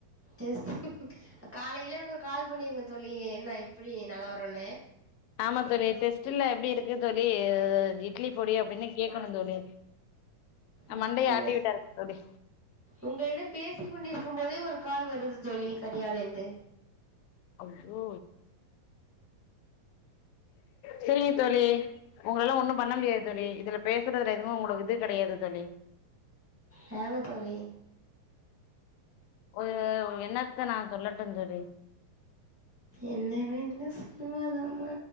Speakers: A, in the centre; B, on the left.
A: டெஸ்ட் காலையில எனக்கு ஒரு கால் பண்ணிருங்க தோழி என்ன எப்டி நெலவரனு
B: ஆமா தோழி டெஸ்ட்டெல்லா எப்டி இருக்கு தோழி இட்லி பொடி அப்டின்னு கேக்கணு தோழி
A: அப்டிங்கள
B: மண்டைய ஆட்டி விட்டாரு தோழி
A: உங்களிடம் பேசி கொண்டிருக்கும் இப்பவே ஒரு கால் வருது தோழி கரியாலேருந்து
B: அய்யயோ சேரிங்க தோழி உங்களலாம் ஒண்ணும் பண்ண முடியாது தோழி இதுல பேசுறதுல எதும் உங்களுக்கு இது கிடையாது தோழி
A: யாங்க தோழி
B: ஒரு என்னத்த நா சொல்லட்டு தோழி
A: என்னவென்று சொல்லுவதம்மா